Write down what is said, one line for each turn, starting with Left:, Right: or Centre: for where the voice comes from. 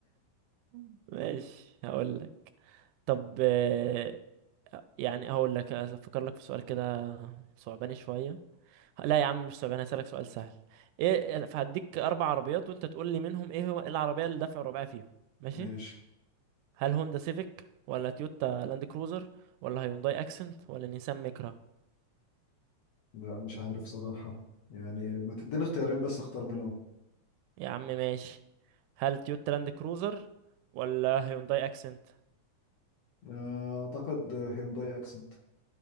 Right: <laughs> ماشي هقول لك طب آه يعني هقول لك افكر لك في سؤال كده صعباني شويه لا يا عم مش صعباني هسألك سؤال سهل ايه فهديك اربع عربيات وانت تقول لي منهم ايه هو إيه العربيه اللي دفع رباعي فيهم ماشي
Left: <laughs> ماشي
Right: هل هوندا سيفيك ولا تويوتا لاند كروزر ولا هيونداي اكسنت ولا نيسان ميكرا
Left: لا مش عارف صراحة يعني ما تديني اختيارين بس اختار منهم
Right: يا عم ماشي هل تويوتا لاند كروزر ولا هيونداي اكسنت
Left: آه، اعتقد هيونداي اكسنت